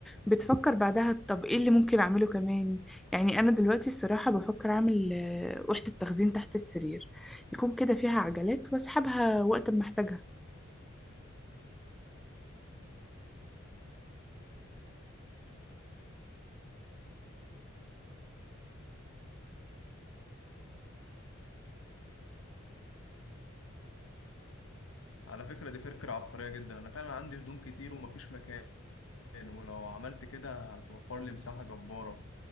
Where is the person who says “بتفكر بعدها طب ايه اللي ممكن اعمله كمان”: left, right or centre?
Centre